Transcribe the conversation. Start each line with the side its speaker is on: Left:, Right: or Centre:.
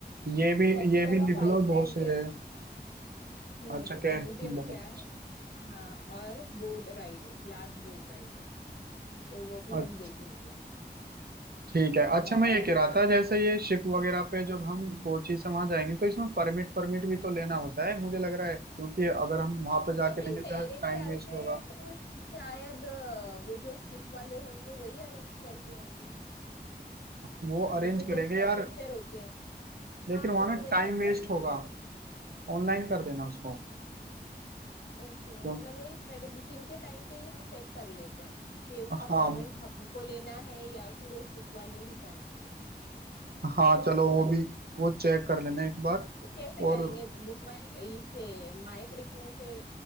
Right: ये भी
Left: कैपिटल
Right: ये भी लिख
Left: ऑफ
Right: लो
Left: आइसलैंड
Right: बहुत सही
Left: है
Right: रहे
Left: वो हम्म
Right: अच्छा क्या
Left: म्यूजियम
Right: बहुत
Left: क्या है वे? हाँ और बोर्ड राइड है ग्लास बोर्ड राइड है तो वो भी
Right: अच्छा
Left: हम
Right: अच्छा,
Left: देख लेंगे
Right: ठीक है अच्छा
Left: और
Right: मैं ये कह रहा था जैसे ये शिप वगैरह
Left: हाँ
Right: पे जब हम कोची से वहां जाएंगे तो इसमें परमिट परमिट भी तो लेना होता है मुझे लग रहा है क्योंकि अगर हम वहां पे जाके
Left: मैंने
Right: लेंगे तो
Left: मेरे
Right: यार टाइम
Left: ख्याल
Right: वेस्ट
Left: से
Right: होगा
Left: तो शायद अ, वो जो शिप वाले होंगे वही अरेंज करते होंगे
Right: वो
Left: हम
Right: अरेंज
Left: तो जस्ट
Right: करेंगे
Left: पैसेंजर
Right: यार
Left: होते होंगे
Right: लेकिन
Left: हाँ
Right: वहां
Left: मुझे
Right: ना
Left: वही
Right: टाइम
Left: लगता
Right: वेस्ट
Left: है क्योंकि
Right: होगा ऑनलाइन कर देना उसको
Left: ओके
Right: क्यों
Left: मतलब वही पहले बुकिंग के टाइम पे ही हम चेक कर लेते हैं कि उसका
Right: हाँ
Left: परमिट हमको लेना है या फिर वो शिप वाले ही करेंगे
Right: हाँ
Left: वो
Right: चलो
Left: चेक
Right: वो
Left: कर लेते
Right: भी
Left: हैं ना
Right: वो चेक कर लेना एक बार
Left: तो कैसे करेंगे
Right: और
Left: बुक माई इससे माई ट्रिप में से